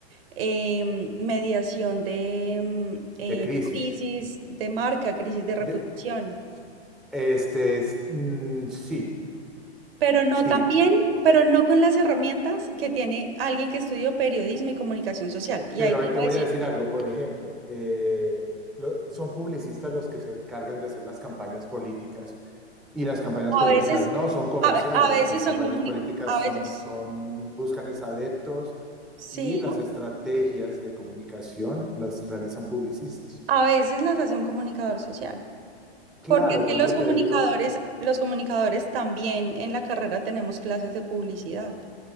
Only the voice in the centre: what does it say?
de crisis.
De, este, es, mm, sí,
sí.
Pero
ahí
te voy
a decir algo, por ejemplo, eh, lo- son publicistas los que se encargan de hacer las campañas políticas y las campañas
políticas
no son comerciales,
las po-
campañas
políticas
son,
son, buscan es adeptos
y las estrategias de comunicación las realizan publicistas.
Claro,
por
eso
te digo,